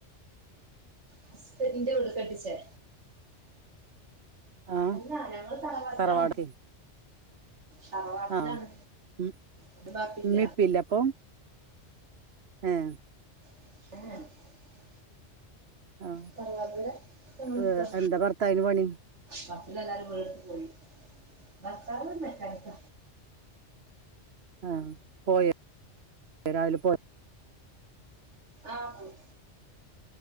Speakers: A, on the right; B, on the right.
A: ഹസ്ബന്റിന്റെ <unintelligible>
B: ആ
A: അല്ല ഞങ്ങള് തറവാട്ടിലാണ്.
B: തറവാട്
A: തറവാട്ടിലാണ്
B: ആഹ് ഇമ്മിം
A: ഒരു ബാപ്പില്ല
B: ഈപ്പിം ഇല്ലെ അപ്പൊ ഏഹ്
A: <unintelligible>
B: ആ
A: തറവാട് തന്ന്ക്ക
B: ഏ എന്താ ഭർത്താവിന് പണി
A: ബാക്കിള്ളെ എല്ലാരും വീട് എടുത്ത് പോയി ഭർത്താവ് മെക്കാനിക്ക
B: ആഹ് പോയാ? രാവിലെ പോയതാ
A: ആഹ് പോയി